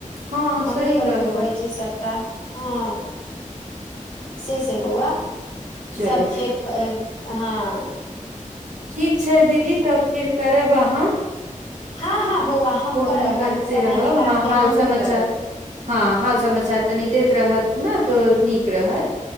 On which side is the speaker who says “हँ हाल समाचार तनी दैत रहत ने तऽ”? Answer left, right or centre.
Right